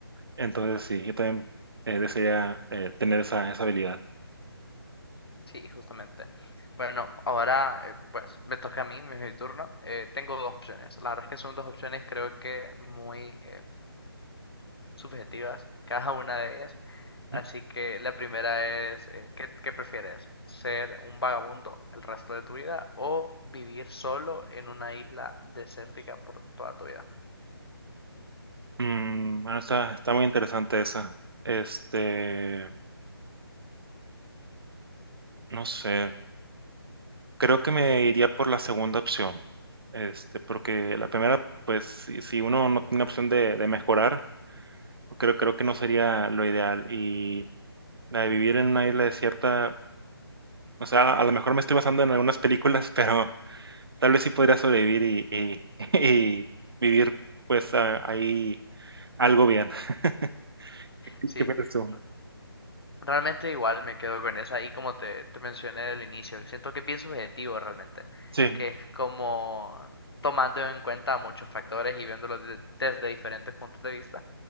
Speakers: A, on the right; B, on the left.
A: Entonces, sí, yo también eh, desearía eh, tener esa, esa habilidad.
B: Sí, justamente. Bueno, ahora eh, pues me toca a mí, es mi turno. Eh, tengo dos opciones. La verdad es que son dos opciones creo que muy eh, subjetivas, cada una de ellas. Así
A: Mm,
B: que la primera es, eh, ¿qué, qué prefieres? ¿Ser un vagabundo el resto de tu vida o vivir solo en una isla desértica por toda tu vida?
A: mm, bueno, está, está muy interesante esa. Este. No sé, creo que me iría por la segunda opción, este, porque la primera, pues si, si uno no tiene opción de, de mejorar, creo, creo que no sería lo ideal. Y la de vivir en una isla desierta, o sea, a lo mejor me estoy basando en algunas películas, <laughs> pero tal vez sí podría sobrevivir y, y, <laughs> y vivir pues a- ahí algo bien. <laughs>
B: Sí,
A: ¿Qué piensas tú?
B: re- realmente igual me quedo con esa y como te, te mencioné al inicio, siento que pienso objetivo realmente,
A: Sí,
B: que es como tomando en cuenta muchos factores y viéndolo de- desde diferentes puntos de vista,